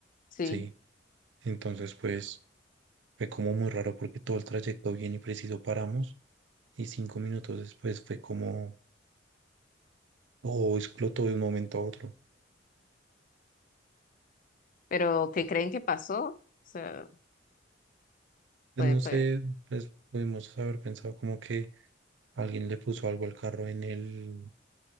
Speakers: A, on the left (about 45°); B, on the right (about 80°).
A: Sí,
B: Sí, entonces pues fue como muy raro porque todo el trayecto bien y preciso paramos y cinco minutos después fue como, oh, explotó de un momento a otro.
A: pero ¿qué creen que pasó? O sea,
B: Pues
A: fue,
B: no
A: fue,
B: sé, pues podemos haber pensado como que alguien le puso algo al carro en el,